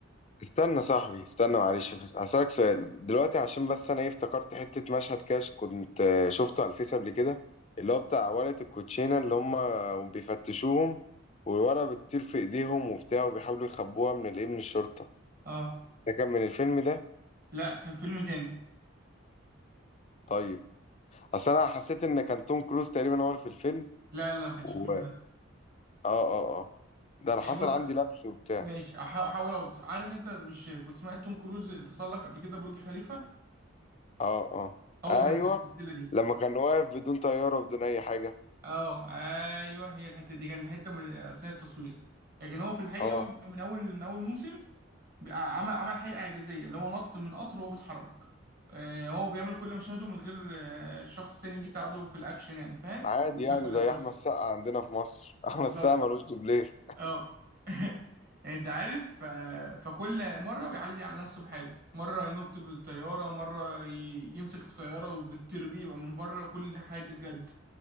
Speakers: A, on the left (about 30°); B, on the right (about 45°).
A: استنى صاحبي استنى معلش بس هسألك سؤال دلوقتي عشان بس انا ايه افتكرت حتة مشهد كده كنت آه، شفته على الفيس قبل كده اللي هو بتاع ورقة الكوتشينة اللي هم بيفتشوهم والورقة بتطير في ايديهم وبتاع وبيحاولوا يخبوها من الايه من الشرطة
B: اه
A: ده كان من الفيلم ده
B: لا كان فيلم تاني
A: طيب اصل انا حسيت ان كان توم كروز تقريبا هو اللي في الفيلم
B: لا لا ما كانش
A: و
B: الفيلم
A: اه
B: ده
A: اه اه ده انا
B: يعني
A: حصل
B: بص
A: عندي لبس وبتاع
B: ماشي هحا- هحاول أحاول أوضح. عارف انت مش كنت سمعت توم كروز تسلق قبل كده برج خليفة
A: اه اه
B: هو
A: ايوه
B: كان في السلسلة دي
A: لما كان واقف بدون طيارة وبدون اي حاجة
B: اه ايوه هي الحتة دي كان حتة من أثناء التصوير لكن هو في الحقيقة
A: اه
B: بقى من أول من أول موسم بقى عمل عمل حاجة إعجازية اللي هو نط من قطر وهو بيتحرك آه، هو بيعمل كل مشاهده من غير آه، شخص تاني يجي يساعده في الأكشن يعني فاهم
A: عادي
B: بيعملها
A: يعني
B: كلها
A: زي
B: بنفسه
A: احمد السقا عندنا في مصر <laughs>
B: بالظبط
A: احمد السقا ملوش دوبلير
B: اه <laughs> يعني انت عارف آه، فكل مرة بيعلي على نفسه في حاجة مرة ينط بالطيارة مرة ي- يمسك في طيارة وبتطير بيه يبقى من بره وكل الحاجات دي بجد